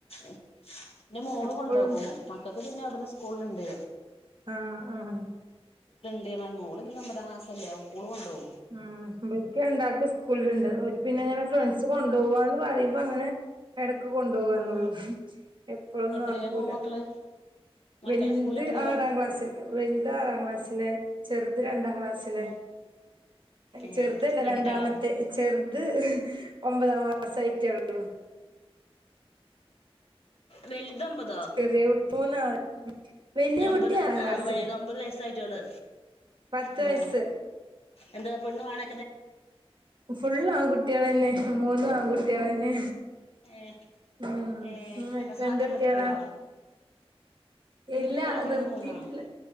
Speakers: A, on the left (about 75°); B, on the right (about 50°).
A: എന്റെ മോൾ
B: എപ്പഴും
A: കൊണ്ടോകും മക്കൾക്ക് പിന്നെ അവിടുന്ന് സ്കൂള്ണ്ട്
B: ആഹ ആഹ
A: അ <unintelligible> മോള് പിന്നെ ഒമ്പത ക്ലാസല്ലെ ഓക്കോളു കൊണ്ടോവും
B: ആഹ ഇബൽക്ക് രണ്ടാൾകും സ്കൂളിൽണ്ട് ഓര് പിന്നെങ്ങനെ ഫ്രണ്ട്സ് കൊണ്ടു പോവാന്ന് പറയുമ്പോ അങ്ങനെ എട ക്ക് കൊണ്ടോവാന്നള്ളൂ
A: ഉം
B: എപ്പോളൊന്നും
A: എത്രയിലാ
B: നടക്കൂല
A: മോ മക്കള് മക്കള്
B: വലുത്
A: സ്കൂളിൽ എത്രയിലാ
B: ആറാം ക്ലാസ്സിൽ വലുത് ആറാം ക്ലാസ്സിലെ ചെറുത് രണ്ടാം ക്ലാസ്സിലെ
A: ഉം ഏഹ്
B: ചെറുതല്ല
A: രണ്ട്
B: രണ്ടാമത്തെ
A: കുട്ടികളോ
B: ചെറുത് ഒമ്പതാം മാസ ആയിട്ടേള്ളൂ
A: വൽതും തോ
B: ചെറിയ കുട്ടി മൂന്നാള് വലിയ
A: ഏ ഒമ്പത്
B: കുട്ടി ആറാം ക്ലാസ്സില്
A: ഒമ്പത് വയസായി ട്ടൊള്ളൂ
B: പത്ത്
A: ആഹ
B: വയസ്സ്
A: എന്താ പെണ്ണു ആണെ
B: ഫുള്ള് ആൺകുട്ട്യേൾ തന്നെ മൂന്നും ആൺകുട്ട്യേൾ എന്നെ
A: ഏ
B: ഉം
A: ഏ
B: ഇങ്ങക്ക്
A: പ്രസവൊക്കെ
B: എന്ത് കുട്ട്യേളാ
A: നിർത്തിയോ
B: ഇല്ല
A: എനിക്ക് ഒരു പെണ്ണും
B: നിർത്തിയിട്ടില്ല
A: മൂന്നാണും